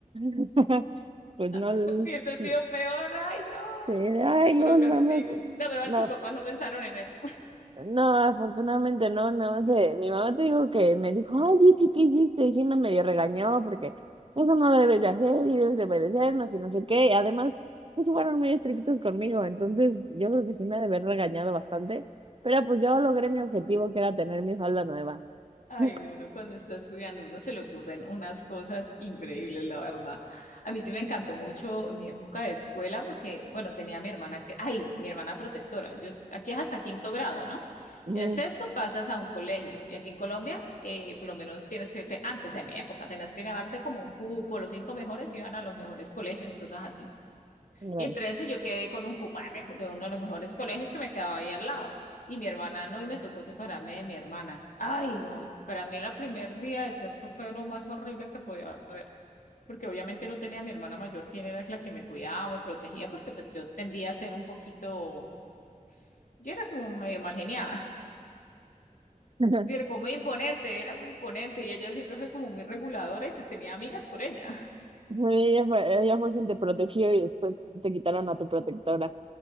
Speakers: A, on the right (about 40°); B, on the left (about 70°).
A: <laughs> Pues no.
B: <laughs> Y ese tío
A: sí.
B: peor, ay, no,
A: Sí, ay,
B: de puro
A: no,
B: castigo.
A: nada más.
B: De verdad,
A: No,
B: tus papás no pensaron en eso.
A: no, afortunadamente no, nada más. eh, mi mamá te dijo que me dijo, ay, Itzi, ¿qué hiciste? Y sí me medio regañó porque eso no lo debes de hacer y debes de obedecernos y no sé qué. Además, pues fueron muy estrictos conmigo, entonces yo creo que sí me ha de haber regañado bastante. Pero pues yo logré mi objetivo que era tener mi falda nueva.
B: Ay,
A: <laughs>
B: no, uno cuando está estudiando, uno se le ocurren unas cosas increíbles, la verdad. A mí sí me encantó mucho mi época de escuela porque, bueno, tenía a mi hermana que, ay, mi hermana protectora. Yo, s- aquí es hasta quinto grado, ¿no?
A: Ujú,
B: Ya en sexto pasas a un colegio y aquí en Colombia, eh, por lo menos tienes que, te- antes de mi época, tenías que ganarte como un cupo, los cinco mejores iban a los mejores colegios y cosas así.
A: Gracias.
B: Y entre eso yo quedé con un cupo de mejo- de uno de los mejores colegios que me quedaba ahí al lado. Y mi hermana no, y me tocó separarme de mi hermana. Ay, no, para mí el primer día de sexto fue lo más horrible que podía haber, porque obviamente no tenía a mi hermana mayor, quien era la que me cuidaba, me protegía, porque pues yo tendía a ser un poquito, yo era como medio mal geniada, <laughs>
A: <laughs>
B: era como muy imponente, era muy imponente, y ella siempre fue como muy reguladora y pues tenía amigas por ella.
A: Ella fue, ella fue quien te protegió y después te quitaron a tu protectora.